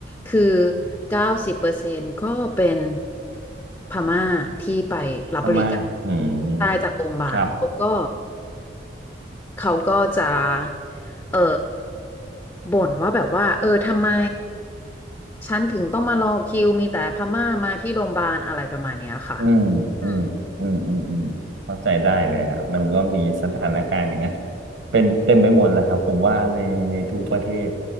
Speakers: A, on the left; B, on the right.
A: คือเก้าสิบเปอร์เซ็นต์ก็เป็นพม่าที่ไปรับบริการ
B: พม่าอืม
A: ได้จากโรงพยาบาลเขาก็
B: ครับ
A: เขาก็จะเออบ่นว่าแบบว่าเออทำไมฉันถึงต้องมารอคิวมีแต่พม่ามาที่โรงพยาบาลอะไรประมาณเนี้ยค่ะ
B: อืมอืมอืมอืมอืมเข้าใจได้เลยฮะมันก็มีสถานการณ์อย่างนั้น
A: อืม
B: <laughs> เป็นเต็มไปหมดแหละครับผมว่าในในทุกประเทศ